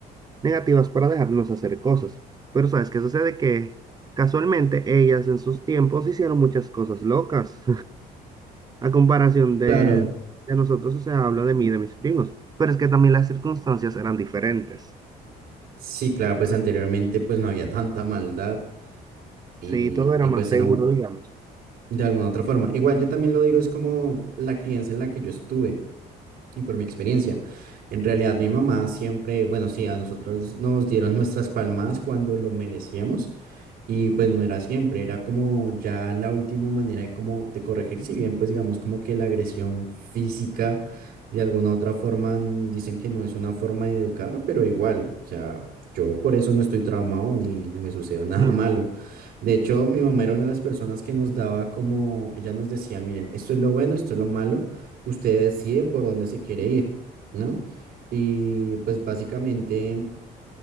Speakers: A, on the right; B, on the right.
A: negativas para dejarnos hacer cosas. Pero ¿sabes qué sucede? Que casualmente ellas en sus tiempos hicieron muchas cosas locas a comparación de,
B: Claro,
A: de nosotros, o sea, hablo de mí, y de mis primos, pero es que también las circunstancias eran diferentes.
B: sí, claro, pues anteriormente pues no había tanta maldad y,
A: Sí, todo era
B: y
A: más
B: pues
A: seguro,
B: era un-
A: digamos.
B: de alguna otra forma. Igual yo también lo digo, es como la crianza en la que yo estuve y por mi experiencia. En realidad mi mamá siempre, bueno, sí, a nosotros nos dieron nuestras palmadas cuando lo merecíamos Y pues no era siempre, era como ya la última manera de como de corregir, si bien pues digamos como que la agresión física de alguna otra forma n- dicen que no es una forma de educar, pero igual, o sea, yo por eso no estoy traumado ni, ni me sucedió <laughs> nada
A: Mm,
B: malo. De hecho, mi mamá era una de las personas que nos daba como, ella nos decía, miren, esto es lo bueno, esto es lo malo, usted decide por dónde se quiere ir, ¿no? Y pues básicamente